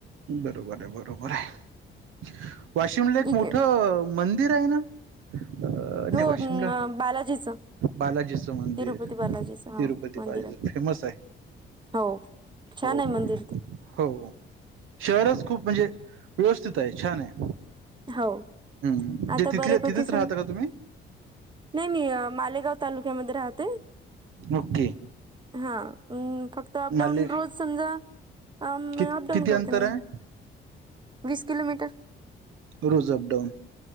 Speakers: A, on the right; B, on the right.
A: बरोबर आहे बरोबर आहे वाशिमला एक
B: इक
A: मोठं मंदिर आहे ना. अ, नाही
B: हो
A: वाशिमला
B: बालाजीचं
A: बालाजीचं मंदिर
B: तिरुपती
A: तिरुपती
B: बालाजीचं हो मंदिरात
A: बालाजी फेमस आहे.
B: हो छान
A: हो
B: आहे
A: हो
B: मंदिर ते.
A: हो शहरच खूप म्हणजे व्यवस्थित आहे छान आहे.
B: हो
A: हम्म
B: आता
A: जे तिथले
B: बऱ्यापैकी
A: तिथेच राहता
B: स
A: का तुम्ही
B: नाही मी मालेगाव तालुक्यामध्ये राहते.
A: ओके.
B: हा फक्त अपडाऊन
A: माले
B: रोज समजा अपडाऊन
A: कि किती अंतर
B: करते मी.
A: आहे
B: वीस किलोमीटर.
A: रोज अपडाऊन